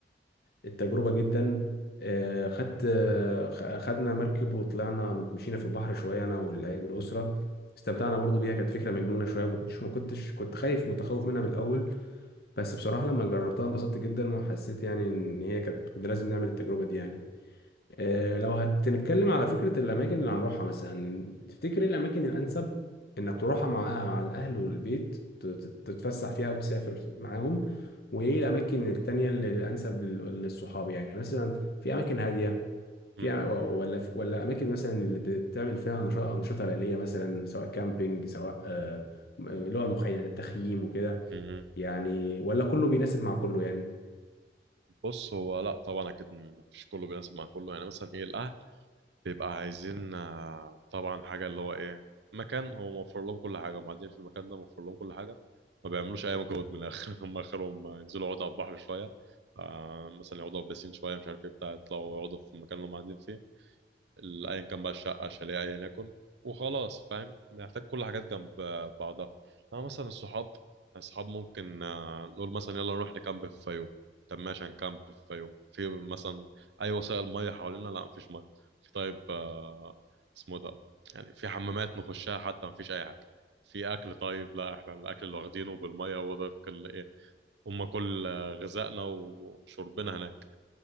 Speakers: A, on the left; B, on the right.
A: التجربة جدا آه، خدت آه، خ- خدنا مركب وطلعنا مشينا في البحر شوية أنا والع- والأسرة استمتعنا برضو بيها كانت فكرة مجنونة شوية ما كنتش ما كنتش كنت خايف متخوف منها من الأول بس بصراحة لما جربتها انبسطت جدا وحسيت يعني إن هي كانت كنا لازم نعمل التجربة دي يعني آه، لو هتتكلم على فكرة الأماكن اللي هنروحها مثلا تفتكر إيه الأماكن الأنسب إنك تروحها مع آه، مع الأهل والبيت ت- ت- تتفسح فيها وتسافر معاهم وإيه الأماكن التانية اللي الأنسب لل- للصحاب يعني مثلا في أماكن هادية
B: م-
A: في أ- ولا في- ولا أماكن مثلا اللي بتعمل فيها نشاط أنشطة ليلية مثلا سواء كامبينج سواء آه، م- اللي هو المخيم التخييم وكده
B: م- م.
A: يعني ولا كله بيناسب مع كله يعني
B: بص هو لا طبعا اكيد مفيش كله بيناسب مع كله يعني مثلا ايه الاهل بيبقى عايزين آه، طبعا حاجة اللي هو إيه مكان هو موفر لهم كل حاجة وبعدين في المكان ده موفر لهم كل حاجة ما بيعملوش أي مجهود من الآخر <laughs> هم آخرهم ينزلوا يقعدوا على البحر شوية آه، مثلا يقعدوا على البسين شوية مش عارف إيه بتاع يطلعوا يقعدوا في المكان اللي هم قاعدين فيه ال- ايا كان بقى الشقه شاليه ايا يكن وخلاص فاهم محتاج كل حاجات جنب آه، بعضها انا مثلا الصحاب الصحاب ممكن آه، نقول مثلا يلا نروح نكامب في فيوم طب ماشي هنكامب في فيوم في مثلا اي وسائل ميه حوالينا لا مفيش ميه في طيب آه، اسمه ده يعني في حمامات نخشها حتى مفيش اي حاجه في اكل طيب لا احنا الاكل اللي واخدينه بالميه هو ده كل ايه هم كل آه، غذائنا وشربنا هناك